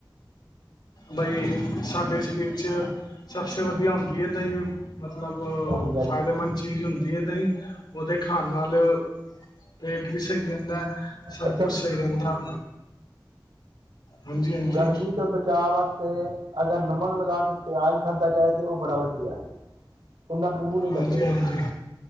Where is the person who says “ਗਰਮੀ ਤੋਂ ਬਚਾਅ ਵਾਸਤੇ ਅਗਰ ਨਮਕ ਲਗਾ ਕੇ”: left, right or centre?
Right